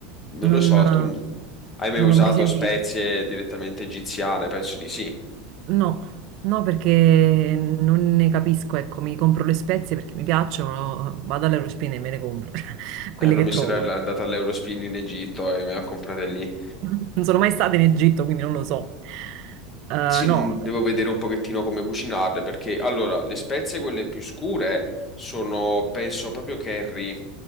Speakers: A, on the left (about 25°); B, on the right (about 55°).
A: non
B: non,
A: lo so,
B: eh,
A: tu n- hai mai
B: non
A: usato
B: l'ho mai sentito.
A: spezie direttamente egiziane? Penso di sì.
B: No, no, perché non ne capisco, ecco, mi compro le spezie perché mi piacciono, vado all'Eurospin e me ne compro, <laughs> quelle
A: Eh, no,
B: che
A: mia
B: trovo.
A: sorella è andata all'Eurospin in Egitto e me l'ha comprata lì.
B: <laughs> Non sono mai stata in Egitto, quindi non lo so. Eh,
A: Sì,
B: no,
A: mh, devo
B: beh.
A: vedere un pochettino come cucinarle perché allora le spezie quelle più scure sono penso proprio curry